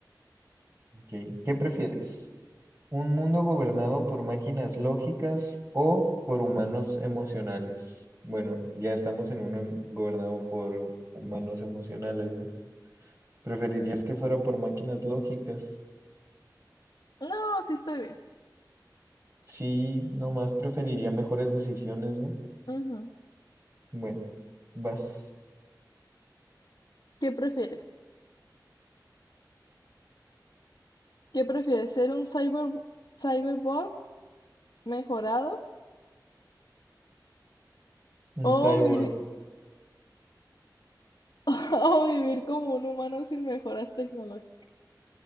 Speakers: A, on the right; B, on the left.
A: Ok, ¿Qué prefieres? ¿Un mundo gobernado por máquinas lógicas o por humanos emocionales? Bueno, ya estamos en uno em- gobernado por humanos emocionales, ¿no? ¿Preferirías que fuera por máquinas lógicas?
B: No, sí estoy bien.
A: Sí, nomás preferiría mejores decisiones, ¿no?
B: Ujú.
A: Bueno, vas.
B: ¿Qué prefieres? ¿Qué prefieres? ¿Ser un cyber, cyberborg mejorado
A: Un
B: o,
A: cyborg.
B: vivi- <laughs> o vivir como un humano sin mejoras tecnológicas?